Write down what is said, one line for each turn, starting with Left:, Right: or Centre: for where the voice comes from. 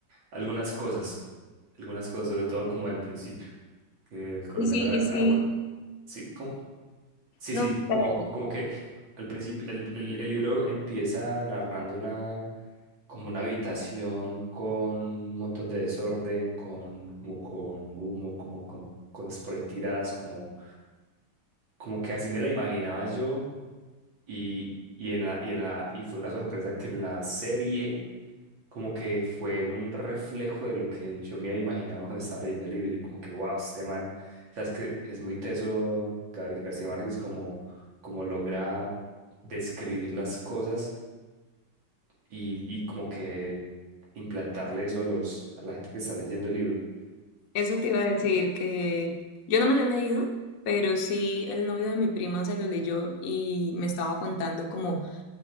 Right: algunas cosas, algunas cosas, sobre todo como el principio, que el coronel
Left: Y sí, y sí,
Right: Abor, sí, ¿cómo? Sí,
Left: no,
Right: sí,
Left: vale,
Right: como, como
Left: vale.
Right: que al principio el, el- el libro empieza narrando una como una habitación con un montón de desorden, con como con humo, como con cosas por ahí tiradas, como como que así me la imaginaba yo y y en la y en la y fue una sorpresa que en la serie como que fue un reflejo de lo que yo me había imaginado cuando estaba leyendo el libro. Yo como que, wow, este man, o sea, es que es muy teso Gabriel García Márquez como, como logra describir las cosas y, y como que implantarle eso a los, a la gente que está leyendo el libro.
Left: Eso
Right: Sí.
Left: te iba a decir que yo no me lo he leído, pero sí el novio de mi prima se lo leyó y me estaba contando como